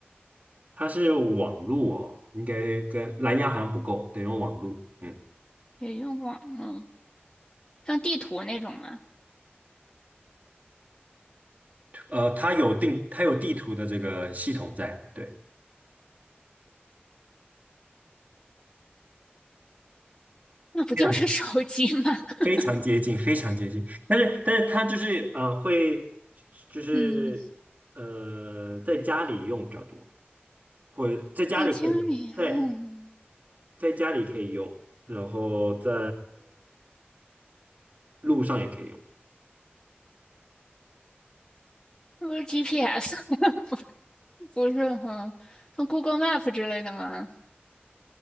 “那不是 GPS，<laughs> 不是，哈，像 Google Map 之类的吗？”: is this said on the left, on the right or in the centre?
Left